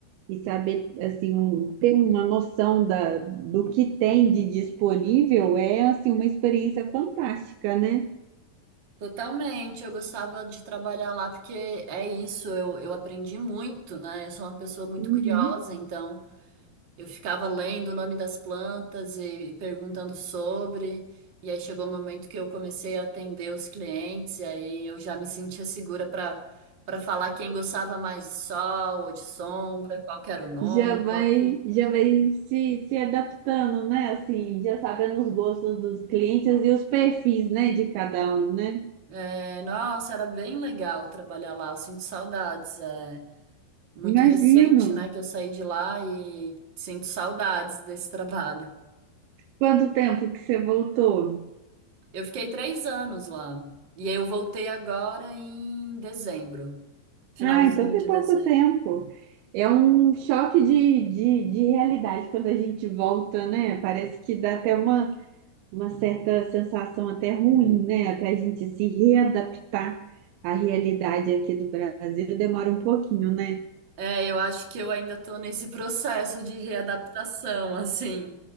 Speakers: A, on the right (about 80°); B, on the right (about 40°).
A: E saber, assim, um- ter uma noção da, do que tem de disponível é, assim, uma experiência fantástica, né?
B: Totalmente, eu gostava de trabalhar lá porque é isso, eu, eu aprendi muito, né? Eu sou uma pessoa muito
A: Uhum.
B: curiosa, então. Eu ficava lendo o nome das plantas e, e perguntando sobre, e aí chegou o momento que eu comecei a atender os clientes, e aí eu já me sentia segura para para falar quem gostava mais de sol ou de sombra, qual que era o nome,
A: Já vai,
B: qual que...
A: já vai se, se adaptando, né? Assim, já sabendo os gostos dos clientes e os perfis, né, de cada um, né?
B: É, nossa, era bem legal trabalhar lá, eu sinto saudades. É muito
A: Imagino.
B: recente, né, que eu saí de lá e sinto saudades desse trabalho.
A: Quanto tempo que você voltou?
B: Eu fiquei três anos lá, e aí eu voltei agora em dezembro. Finalzinho
A: Ah, então tem
B: de
A: pouco
B: dezembro.
A: tempo. É um choque de, de, de realidade quando a gente volta, né? Parece que dá até uma, uma certa sensação até ruim, né? Até a gente se readaptar à realidade aqui do Brasil, demora um pouquinho, né?
B: É, eu acho que eu ainda tô nesse <laughs> processo de readaptação, assim.